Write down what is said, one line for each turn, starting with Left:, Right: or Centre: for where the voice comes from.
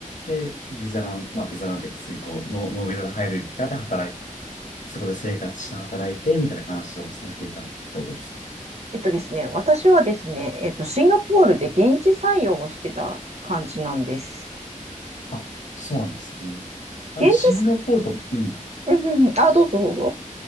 Left: で、ビザラン、まあ、ビザランっていうか、水耕、ノー、ノービザが入る期間で働いて、そこで生活して働いて、みたいな感じをされていたってことですか
Right: えっとですね、私はですね、えっと、シンガポールで現地採用をしてた感じなんです。
Left: あ、そうなんですね。あの、
Right: 現地
Left: シンガポールと、うん。
Right: 採、うんうんうん。あ、どうぞどうぞ。